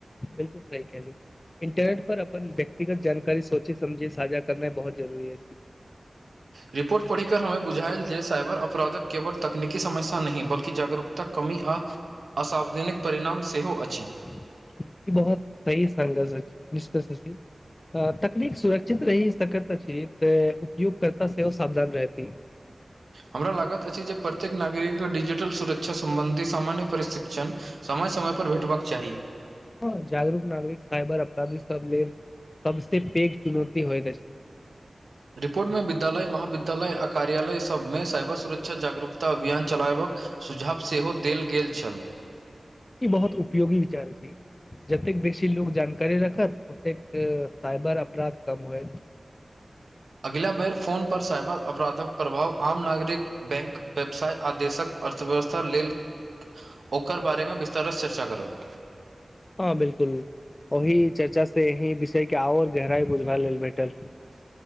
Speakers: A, on the left; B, on the right.
A: बिलकुल सही कहलू इंटरट पर अपन व्यक्तिगत जानकारी सोचे समझे साझा करनाइ बहुत जरुरूरी अही
B: रिपोर्ट पढ़ि क हममे बुझायल जे साइबर अपराधक केवल तकनीकी समस्या नहि बल्कि जागरूक त कमी आ असावधानिक परिणाम सेहो अछि
A: ई बहुत सी सग स निश्चित सची तकनीक सुरक्षित रही सकत अछि तऽ उपयोग करता सेहो सावधान रहती
B: हमरा लागत अछि जे प्रत्येक नागरिक के डिजिटल सुरक्षा सम्बन्धी सामान्य प्रशीक्षण समय समय पर भेटबक चाही
A: हँ जागरूक नागरिक साइबर अपराधी सब लेल सबसे पैघ चुनौती होइत छै
B: रिपोर्ट मे विद्यालय महाविद्यालय आ कार्यालय सभमे साइबर सुरक्षा जागरूकता अभियान चलायबक सुझाव सेहो देल गेल छल
A: ई बहुत उपयोगी विचार अछी जतेक बेसी लोक जानकरी रखत ओतेक साइबर अपराध कम होयत
B: अगिला बेर फोन पर साइबर अपराधक प्रभाव आम नागरिक बैंक व्यवसाय आ देशक अर्थव्यवस्था लेल ओकर बारेमे विस्तारसँ चर्चा करब
A: हँ बिलकुल ओहि चर्चा से एहि विषय के आओर गहराई बुझबा लेल भेटल